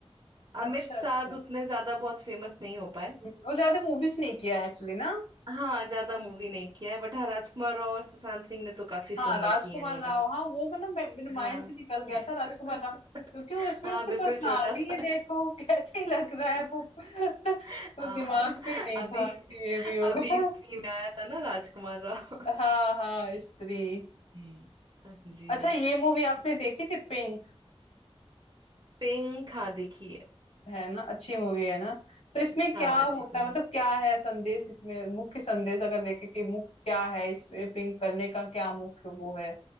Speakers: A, on the left; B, on the right.
A: अच्छा
B: अमित साध
A: अच्छा
B: उतने ज्यादा बहुत फेमस नहीं हो पाए
A: हम्म, वो ज्यादा मूवीज नहीं किया एक्चुअली ना
B: हाँ ज्यादा मूवी नहीं किया है बट हाँ राजकुमार राव और सुशांत सिंह ने तो काफी
A: हाँ
B: फिल्में
A: राजकुमार
B: की हैं नो
A: राव
B: डाउट
A: हाँ वो मतलब मे- मेरे माइंड
B: हाँ
A: से निकल गया था
B: <laughs>
A: राजकुमार राव क्योंकि उसमें
B: हाँ
A: उसकी
B: बिल्कुल
A: पर्सनालिटी
B: छोटा सा
A: ही देखो <laughs> कैसे लग रहा
B: <laughs>
A: है वो <laughs> तो
B: <laughs> आ,
A: दिमाग में ही नहीं
B: अभी
A: था कि ये भी होगा
B: अभी स्त्री में आया था ना राजकुमार राव
A: हाँ हाँ स्त्री
B: हम्म जी
A: अच्छा ये मूवी आपने देखी थी पिंक
B: पिंक हाँ देखी है
A: है ना अच्छी मूवी है ना तो इसमें
B: हाँ
A: क्या
B: अच्छी
A: होता
B: फिल्म
A: है मतलब क्या है संदेश इसमें मुख्य संदेश अगर देखे कि मुख्य क्या है इसमें पिंक करने का क्या मुख्य वो है